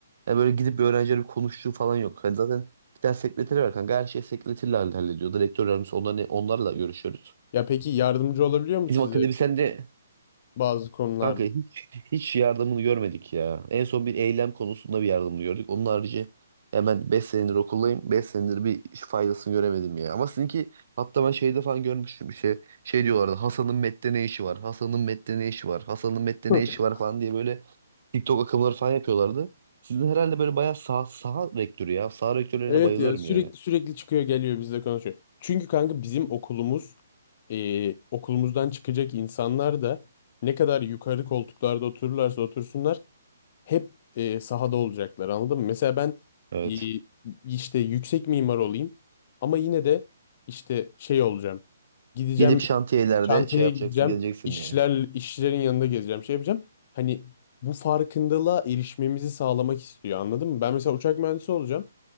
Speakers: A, on the right; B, on the left.
A: Yani böyle gidip bir öğrencilerle bir konuştuğu falan yok. Hani zaten bir tane sekreteri var kanka. Her şey sekreterle hall- hallediyor. Rektör yardımcısı onlarla, onlarla görüşüyoruz.
B: Ya peki yardımcı olabiliyor mu size
A: Bizim akademisyen de
B: bazı konularda?
A: Kanka hiç, hiç yardımını görmedik ya. En son bir eylem konusunda bir yardımını gördük. Onun harici hemen 5 senedir okuldayım. beş senedir bir faydasını göremedim ya. Ama sizinki hatta ben şeyde falan görmüştüm bir şey. Şey diyorlardı Hasan'ın Met'te ne işi var? Hasan'ın Met'te ne işi var? Hasan'ın Met'te
B: <laughs>
A: ne işi var falan diye böyle TikTok akımları falan yapıyorlardı. Sizin herhalde böyle bayağı sağ, saha rektörü ya. Saha rektörlerine
B: Evet
A: bayılıyorum
B: ya sürekli
A: yani.
B: sürekli çıkıyor geliyor bizle konuşuyor. Çünkü kanka bizim okulumuz e, okulumuzdan çıkacak insanlar da ne kadar yukarı koltuklarda otururlarsa otursunlar hep e, sahada olacaklar anladın mı? Mesela ben
A: Evet.
B: e, işte yüksek mimar olayım ama yine de işte şey olacağım. Gideceğim
A: Gidip şantiyelerde
B: çantaya
A: şey yapacaksın
B: gideceğim
A: geleceksin
B: işçiler
A: yani.
B: işçilerin yanında gezeceğim şey yapacağım. Hani bu farkındalığa erişmemizi sağlamak istiyor anladın mı? Ben mesela uçak mühendisi olacağım.